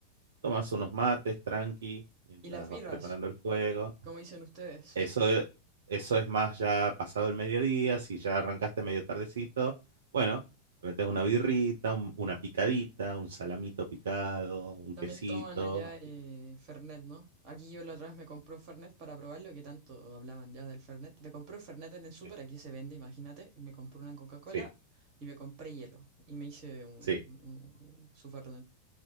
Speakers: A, on the right; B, on the right.
A: tomas unos mates tranqui, mientras
B: ¿Y las birras?
A: vas preparando el fuego.
B: ¿Cómo dicen ustedes?
A: Eso es, eso es más ya pasado el mediodía, si ya arrancaste medio tardecito, bueno, le metes una birrita, un- una picadita, un salamito picado, un
B: También
A: quesito.
B: toman allá
A: vas
B: eh,
A: picando.
B: Fernet, ¿no? Aquí yo la otra vez me compré un Fernet para probarlo, que tanto hablaban ya del Fernet. Me compré un Fernet en el súper,
A: Sí,
B: aquí se vende, imagínate. Y me compré una Coca-Cola
A: sí.
B: y me compré hielo. Y me hice un,
A: sí.
B: un- su Fernet.